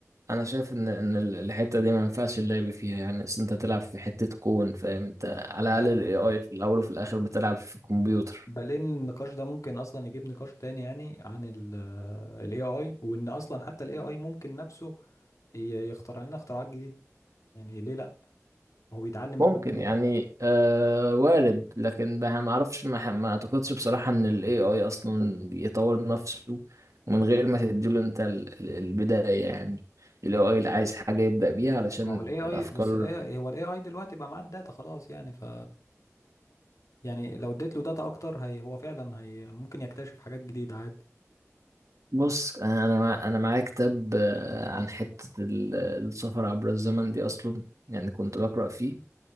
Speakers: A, on the right (about 75°); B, on the left (about 80°).
A: انا شايف ان ان ال- الحتة دي ما ينفعش اللعب فيها يعني اصل انت تلعب في حتة كون فاهم انت على
B: ب-
A: الاقل الاي اي في الاول وفي الاخر بتلعب في كمبيوتر
B: بلين النقاش ده ممكن اصلا يجيب نقاش تاني يعني عن ال AI وان اصلا حتى ال AI ممكن نفسه ي- يخترع لنا اختراعات جديدة يعني ليه لا هو بيتعلم
A: ممكن
B: كل يوم
A: يعني آه وارد لكن ما ما اعرفش ما, ما اعتقدش بصراحة ان ال AI اصلا يطور نفسه من غير ما تديله انت ال- ال- البداية يعني ال AI اللي عايز حاجة يبدأ بيها علشان
B: ما هو ال AI
A: الافكار
B: بس ال AI هو ال AI دلوقتي بقى معاه الداتا خلاص يعني ف يعني لو اديت له داتا اكتر هي هو فعلا هي ممكن يكتشف حاجات جديدة عادي
A: بص انا انا مع انا معايا كتاب آه، عن حتة ال- السفر عبر الزمن دي اصلا يعني كنت بقرأ فيه